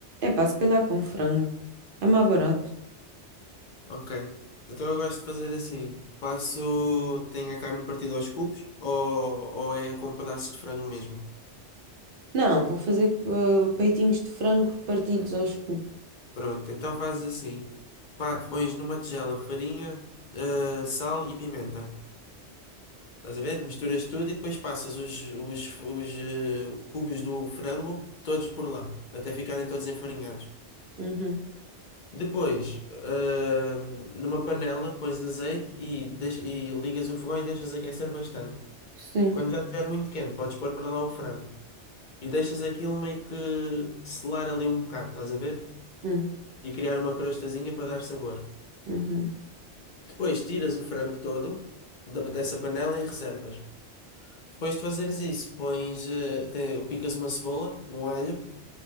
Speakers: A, on the right; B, on the left.
A: É pá, se calhar com frango. É mais barato.
B: Ok. Então eu gosto de fazer assim. Passo. Tenho a carne partida aos cubos ou, ou é com pedaços de frango mesmo?
A: Não, vou fazer eh, peitinhos de frango partidos aos cubos.
B: Pronto, então fazes assim. Pá, pões numa tigela farinha, eh, sal e pimenta. Estás a ver? Misturas tudo e depois passas os, os, os, eh, cubos do frango todos por lá, até ficarem todos enfarinhados.
A: Uhum.
B: Depois, ah, numa panela, pões azeite e, deixa- e ligas o fogão e deixas aquecer bastante.
A: Sim.
B: Quando já estiver muito quente, podes pôr para lá o frango. E deixas aquilo meio que selar ali um bocado, estás a ver?
A: Hum,
B: E criar uma crostazinha para dar sabor.
A: uhum.
B: Depois tiras o frango todo da- dessa panela e reservas. Depois de fazeres isso, pões, eh, te- picas uma cebola, um alho,